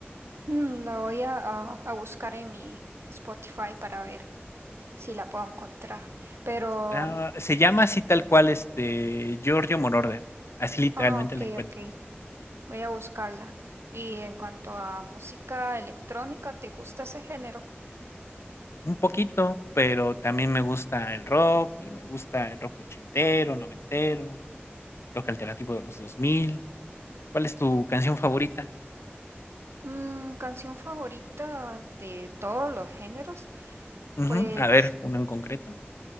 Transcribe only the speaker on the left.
Ah, se llama así tal cual este Giorgio Moroder, así literalmente
la encuentras.
Un poquito, pero también me gusta el rock y me gusta el rock ochentero, noventero, rock alternativo de los dos mil ¿Cuál es tu canción favorita?
Ujú,
A ver, uno en concreto.